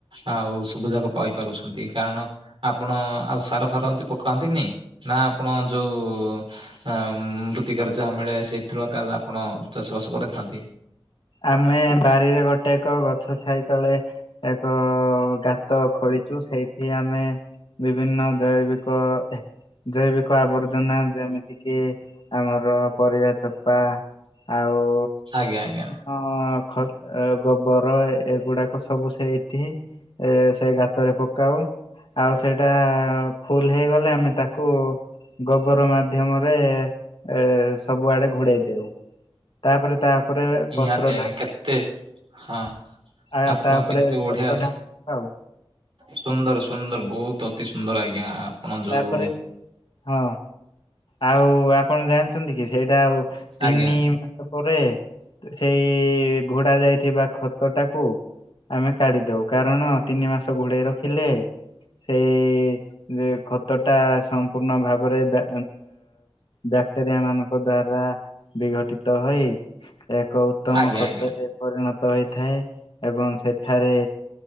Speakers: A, on the right (about 65°); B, on the left (about 65°).
A: ଆଉ ସବୁଯାକ ପାଇପାରୁଛନ୍ତି। କାରଣ ଆପଣ ଆଉ ସାର ଫାର ଏମିତି ପକାନ୍ତିନି? ନା ଆପଣ ଯୋଉ ଅ ମୃତ୍ତିକାର ଯାହା ମିଳେ ସେଇଥିରୁ ଆକା ଆପଣ ଚାଷ ବାସ କରିଥାନ୍ତି।
B: ଆମେ ବାରିରେ ଗୋଟେ ଏକ ଗଛ ଛାଇ ତଳେ ଏକ ଗାତ ଖୋଳିଛୁ ସେଇଠି ଆମେ ବିଭିନ୍ନ ଦୈବିକ ଜୈବିକ ଆବର୍ଜନା ଯେମିତି କିି ଆମର ପରିବା ଚୋପା। ଆଉ।
A: ଆଜ୍ଞା ଆଜ୍ଞା।
B: ହଁ ଖ ଗୋବର ଏଗୁଡାକ ସବୁ ସେଇଠି ଏ ସେ ଗାତରେ ପକାଉ। ଆଉ ସେଇଟା ଫୁଲ ହେଇଗଲେ ଆମେ ତାକୁ। ଗୋବର ମାଧ୍ୟମରେ ଏ ସବୁଆଡେ ଘୋଡେଇ ଦଉ। ତାପରେ ତାପରେ
A: ନିହାତି ଆଜ୍ଞା
B: ଢା
A: କେତେ? ହଁ
B: ଆ
A: ଆପଣ
B: ତାପରେ
A: କେତେ ବଢିଆ
B: ପତ୍ର ଢାଙ୍କିଦବା ଆଉ
A: ସୁନ୍ଦର ସୁନ୍ଦର ବହୁତ ଅତି ସୁନ୍ଦର ଆଜ୍ଞା। ଯୋଉ
B: ତାପରେ ହଁ ଆଉ ଆପଣ ଜାଣିଛନ୍ତିକି ହେଇଟା ଆଉ ତିନି
A: ଆଜ୍ଞା
B: ମାସ ପରେ ହେଇ ଘୋଡା ଯାଇଥିବା ଖଟଟାକୁ ଆମେ କାଢିଦଉ କାରଣ ତିନିମାସ ଘୋଡେଇ ରଖିଲେ ସେଇ ଯେ ଖତଟା ସମ୍ପୂର୍ଣ୍ଣ ଭାବରେ ବା ବ୍ୟାକ୍ଟେରିଆ ମାନଙ୍କ ଦ୍ଵାରା ବିଘଟିତ ହୋଇ ଏକ ଉତ୍ତମ
A: ଆଜ୍ଞା
B: ଖତରେ
A: ଆଜ୍ଞା।
B: ପରିଣତ ହେଇଥାଏ ଏବଂ ସେଠାରେ